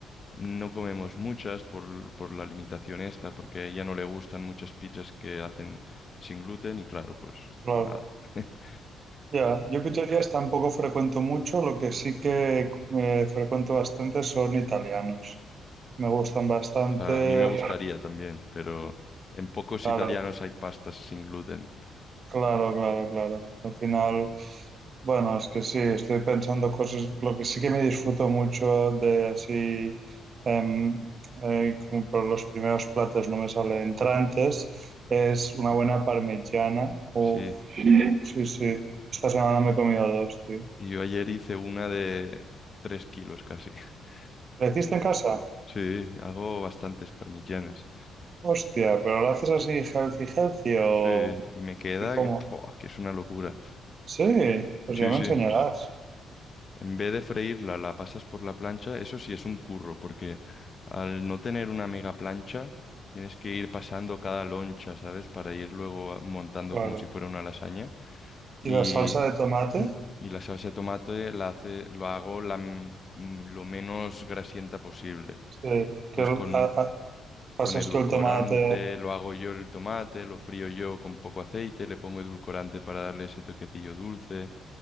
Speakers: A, on the left; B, on the right.
A: no comemos muchas por, por la limitación esta, porque a ella no le gustan muchas pizzas que hacen sin gluten y claro, pues,
B: claro.
A: pues nada. <laughs>
B: Ya, yo pizzerías tampoco frecuento mucho, lo que sí que eh, frecuento bastante son italianos. Me gustan bastante.
A: Claro, a mí me gustaría también, pero en pocos
B: Claro,
A: italianos hay pastas sin gluten.
B: claro, claro, claro. Al final, bueno, es que sí, estoy pensando cosas, lo que sí que me disfruto mucho de así, em, eh, como por los primeros platos no me sale entrantes, es una buena parmigiana. Uf,
A: Sí,
B: sí, sí. Esta semana me he comido dos, tío.
A: y yo ayer hice una de 3 kilos casi. <laughs>
B: ¿La hiciste en casa?
A: Sí, hago bastantes parmigianas.
B: Hostia, pero lo haces así, healthy, healthy, o...
A: Sí, y me queda
B: ¿Y cómo?
A: que, ¡pua! que es una locura.
B: Sí, pues
A: Sí,
B: ya me
A: sí.
B: enseñarás,
A: En vez de freírla, la pasas por la plancha. Eso sí es un curro, porque al no tener una mega plancha, tienes que ir pasando cada loncha, ¿sabes? Para ir luego a- montando
B: claro.
A: como si fuera una lasaña. Y,
B: ¿Y la salsa de tomate?
A: <clears throat> y la salsa de tomate la hace, lo hago la, m- m- lo menos grasienta posible.
B: Sí, que
A: Pues con,
B: a- a- pasas
A: con edulcorante
B: tú el tomate...
A: lo hago yo el tomate, lo frío yo con poco aceite, le pongo edulcorante para darle ese toquecillo dulce